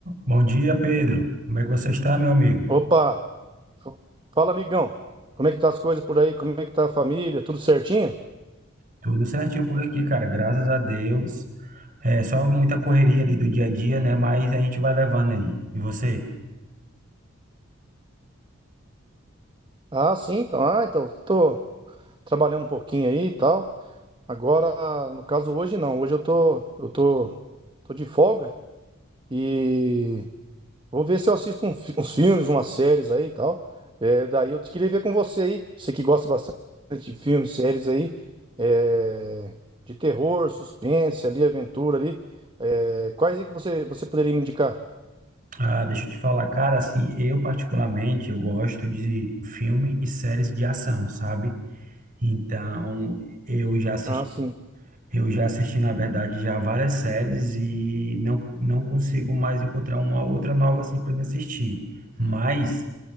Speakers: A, on the right; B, on the right.
A: Bom dia, Pedro. Como é que você está, meu amigo?
B: Opa, f- fala amigão, como é que tá as coisas por aí? Como é que tá a família? Tudo certinho?
A: Tudo certinho por aqui, cara. Graças a Deus. É só muita correria ali do dia a dia, né? Mas a gente vai levando aí. E você?
B: Ah, sim, então, ah, então, tô trabalhando um pouquinho aí e tal. Agora, no caso hoje não, hoje eu tô, eu tô, tô de folga e vou ver se eu assisto um fi- uns filmes, umas séries aí e tal. É, daí eu te queria ver com você aí, você que gosta bastante de filmes, séries aí, é, de terror, suspense ali, aventura ali. É, quais aí que você, você poderia me indicar?
A: Ah, deixa eu te falar, cara, assim, eu particularmente, eu gosto de filme e séries de ação, sabe? Então, eu já assisti,
B: Ah, sim.
A: eu já assisti, na verdade, já várias séries e não, não consigo mais encontrar uma outra nova assim para me assistir. Mas